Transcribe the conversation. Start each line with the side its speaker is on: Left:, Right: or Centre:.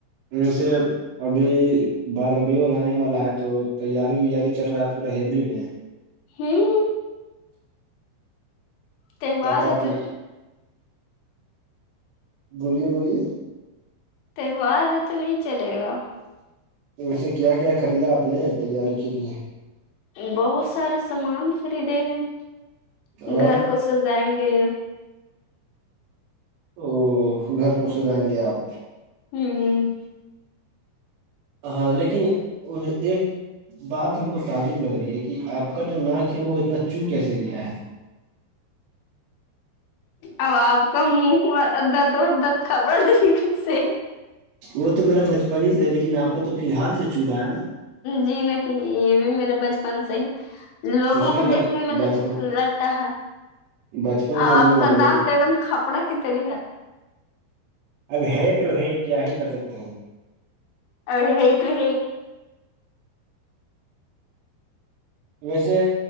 Right: ج سےے ابھی بارہب اور لانے والا ہے تو تیاری ویاری چل رہا ہے پورا ہیبی میں
Left: ہوں تہوار
Right: کیا تھا
Left: ہے
Right: آپ
Left: تو
Right: نے بولیے بولیے
Left: تہوار ہے تو نہیں چلے گا
Right: تو وسے کیا کیا خریدا اپ نے تیاری کے لیئے؟
Left: بہت سارے سامان خریدے ہیں
Right: اور
Left: گھر کو سجائیں گے
Right: او گھر کو سجائیں گے آپ
Left: ہوں
Right: ہاں لیکن ایک بات ہم کو تعجب لگ رہی ہے کہ کہ آپ کا جو ناک ہے وہ اتنا چو کیسے گیا ہے
Left: ا آپ کا منہ دت اور دت خبڑا دے کس سے
Right: وہ تو میرا بچپن ہی سے لیکن آپ کا تو فی الحال سے چور رہا ہے نا
Left: جی نہ کہ یہ بھی میرے بچپن سے ہی لوگوں
Right: کس نے
Left: کو
Right: کب
Left: دیکھنے میں
Right: بچپن
Left: لگتا ہے
Right: بچپن
Left: اب
Right: سے نہیں
Left: آپ کا
Right: ہے میرے
Left: دانت ایک دم کھپڑا کی طریح ہے
Right: اب ہے ٹو ہے کیا ہی کر سکتے ہیں
Left: ا آئیتو ہے
Right: ویسے